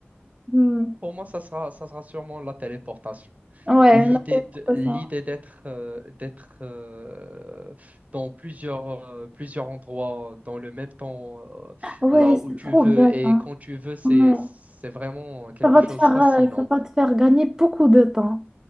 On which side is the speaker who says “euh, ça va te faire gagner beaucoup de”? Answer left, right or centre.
Right